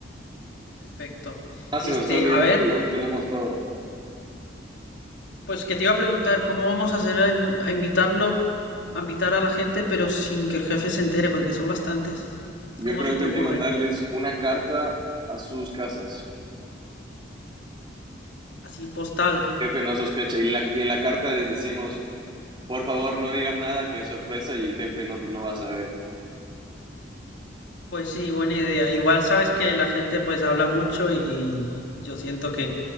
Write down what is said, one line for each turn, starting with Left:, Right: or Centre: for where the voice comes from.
Left: Perfecto.
Right: Ah, se
Left: Este,
Right: nos está olvidando,
Left: a ver,
Right: tenemos todo.
Left: pues que te iba a preguntar, ¿cómo vamos a hacer a, in- a invitarlo, a invitar a la gente, pero sin que el jefe se entere, porque son bastantes?
Right: Yo
Left: ¿Cómo
Right: creo
Left: se
Right: que
Left: te
Right: hay
Left: ocurre?
Right: que mandarles una carta a sus casas.
Left: Así postal.
Right: Jefe no sospecha. Y en la, y en la carta les decimos, por favor, no digan nada, que es sorpresa y el jefe no, no va a saber.
Left: Pues sí, buena idea. Igual sabes que la gente pues habla mucho y yo siento que